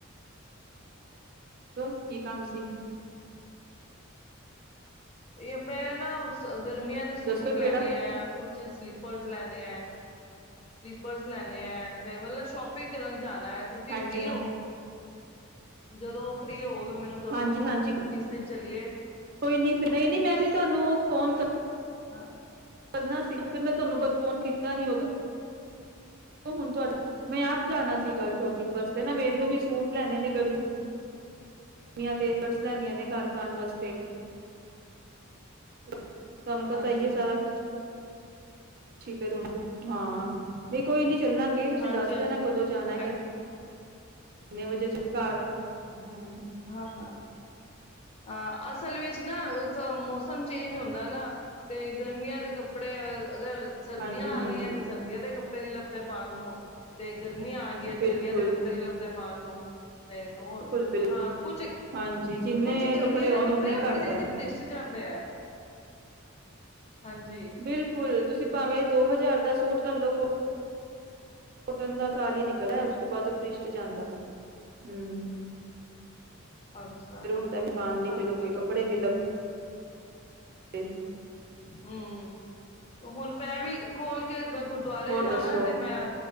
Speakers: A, on the right (about 45°); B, on the left (about 30°).
A: ਹੰਮ੍ਹ ਕੀ ਕੰਮ ਸੀ?
B: ਏ ਮੈਂ ਨਾ ਗਰਮੀਆਂ ਦੇ ਸੂਟ
A: ਦੱਸੋ ਕਿਹੜਾ
B: ਲੈਣੇ ਆ, ਕੁਛ ਸਲੀਪਰਜ਼ ਲੈਣੇ ਸਲੀਪਰਜ਼ ਲੈਨੇ ਐ, ਤੇ ਮਤਲਬ ਸ਼ੋਪਿੰਗ ਕਰਨ ਜਾਣਾ ਐ ਤੁਸੀਂ
A: ਹਾਂਜੀ
B: ਫ੍ਰੀ
A: ਹਾਂ
B: ਔ? ਜਦੋਂ ਫ੍ਰਰੀ ਓਵੋਗੇ ਮੈਨੂੰ ਦੱਸੋ,
A: ਹਾਂਜੀ ਹਾਂਜੀ
B: ਕਿਸ ਦਿਨ ਚਲੀਏ
A: ਕੋਈ ਨੀ ਨਈਂ, ਨਈਂ ਮੈਂ ਵੀ ਤੋਆਨੂੰ ਫੋਨ ਕਰ
B: ਆਂ।
A: ਕਰਨਾ ਸੀ, ਫਿਰ ਮੈਂ ਤੋਨੂੰ ਬ ਫੋਨ ਕੀਤਾ ਨੀ ਓਦੋਂ ਹੁਣ ਤੋਡ, ਮੈਂ ਆਪ ਜਾਣਾ ਸੀਗਾ ਸ਼ੋਪਿੰਗ ਵਾਸਤੇ ਨਾ ਮੇਨੂੰ ਵੀ ਸੂਟਸ ਲੈਣੇ ਨੇ ਗਰਮੀ ਨੀਆਂ ਤੇ ਲੈਣੀਆਂ ਨੇ ਘਰ ਪਾਣ ਵਾਸਤੇ। ਤੋਆਨੂੰ ਪਤਾ
B: ਹਾਂਜੀ।
A: ਈ ਐ ਸਾਰਾ ਕੁਛ। ਠੀਕੈ, ਹਾਂ। ਨਈਂ, ਕੋਈ ਨੀ ਚੱਲਾਂਗੇ ਤੁਸੀਂ
B: ਹਾਂਜੀ-ਹਾਂਜੀ
A: ਦੱਸ ਦੇ ਨਾ ਕਦੋਂ
B: ਐ
A: ਜਾਣਾ ਕਿ ਕਿੰਨੇ ਵਜੇ ਘਰ, ਹੰਮ੍ਹ
B: ਹਾਂ, ਹਾਂ ਆਂ ਅਸਲ ਵਿੱਚ ਨਾ ਤਾਂ ਮੌਸਮ ਚੇਂਜ ਹੁੰਦਾ ਨਾ ਤੇ ਗਰਮੀਆਂ ਦੇ ਕੱਪੜੇ <unintelligible> ਅਗਰ ਸਰਦੀਆਂ
A: ਹਾਂਜੀ ਹਾਂਜੀ
B: ਆ ਗਈਆਂ ਤੇ ਸਰਦੀਆਂ ਦੇ ਕੱਪ ਨੀ ਲੱਭਦੇ ਪਾਣ ਨੂੰ, ਤੇ ਗਰਮੀਆਂ ਆ ਗਈਆਂ ਗਰਮੀਆਂ
A: ਬਿਲਕੁਲ
B: ਦੇ ਕੱਪੜੇ ਨੀ ਲੱਭਦੇ ਪਾਣ ਨੂੰ। ਤੇ ਹੋਰ।
A: ਬਿਲਕੁਲ ਬਿਲਕੁਲ
B: ਹਾਂ ਕੁਛ,
A: ਹਾਂਜੀ ਜਿੰਨੇ
B: ਕੁਛ ਗਰਮੀਆਂ
A: ਹੋਣ
B: ਦੇ ਕੱਪੜੇ
A: ਓਨੇ ਹੀ
B: ਨਾ ਬੜੀ
A: ਘੱਟ
B: ਜਲਦੀ
A: ਹੈ
B: ਭਿ੍ਰਸ਼ ਜਾਂਦੇ ਐ। ਹਾਂਜੀ
A: ਬਿਲਕੁਲ ਤੁਸੀਂ ਭਾਵੇਂ ਦੋ ਹਜਾਰ ਦਾ ਸੂਟ ਲੋਕੋ ਕੁੱਟਣ ਦਾ ਤਾਲ ਈ ਨਿਕਲਿਆ ਉਸ ਤੋਂ ਬਾਦ ਓ ਪ੍ਰਿਸ਼ਟ ਜਾਂਦਾ, ਹੰਮ੍ਹ।
B: ਅੱਛਾ
A: ਫਿਰ ਹੁਣ ਤੱਕ ਪਾਣ ਲਈ
B: ਹਾਂ
A: ਫਿਰ ਕੋਈ ਕੱਪੜੇ ਮ <unintelligible>
B: ਹੰਮ੍ਹ, ਹੁਣ ਮੈਂ ਵੀ ਖੋਲ ਕੇ ਗੁਰਦੁਵਾਰੇ
A: ਹੋਰ
B: ਜਾਣਾ
A: ਦੱਸੋ
B: ਤੇ ਮੈਂ,